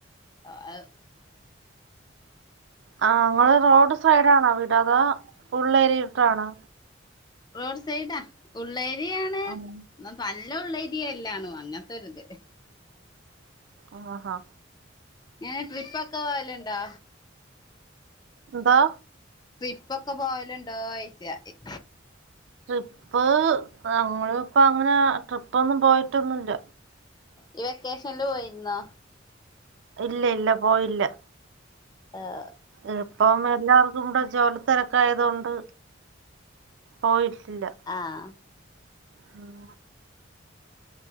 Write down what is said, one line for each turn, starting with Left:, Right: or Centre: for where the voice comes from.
Left: <unintelligible>
Right: ആഹ് ഇങ്ങള് റോഡ് സൈഡ് ആണോ അവിടെ അതോ ഉള്ള് ഏരിയേട്ടാണോ
Left: റോഡ് സൈഡാ ഉള്ള് ഏരിയ ആണ്
Right: ആഹ്
Left: എന്ന നല്ല ഉള്ള് ഏരിയ അല്ലാ ണും അങ്ങൻത്തെ ഒരു ഇത്
Right: ആഹ് ആഹ്
Left: എങ്ങനെ ട്രിപ്പ് ഒക്കെ പോവലുണ്ടോ
Right: എന്തോ
Left: ട്രിപ്പ് ഒക്കെ പോവലുണ്ടോ ചോയ്ച്ച
Right: ട്രിപ്പ് ഞങ്ങള് ഇപ്പ അങ്ങനെ ട്രിപ്പ് ഒന്നും പോയിട്ടൊന്നു ഇല്ല
Left: ഈ വെക്കേഷനില് പോയിരുന്നോ
Right: ഇല്ല ഇല്ല പോയില്ല
Left: ആഹ്
Right: ഇപ്പം എല്ലാവർക്കും കൂടെ ജോലി തിരക്ക് ആയതു കൊണ്ട് പോയിട്ടില്ല
Left: ആഹ്
Right: <inaudible>